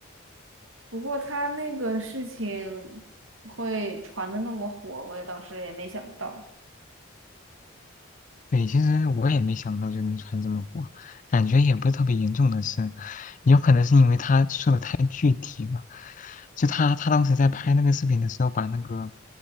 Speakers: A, on the right; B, on the left.
A: 不过他那个事情会传的那么火，我也当时也没想到。
B: 对，其实我也没想到就能传这么火，感觉也不是特别严重的事，有可能是因为他说的太具体了。就他他当时在拍那个视频的时候，把那个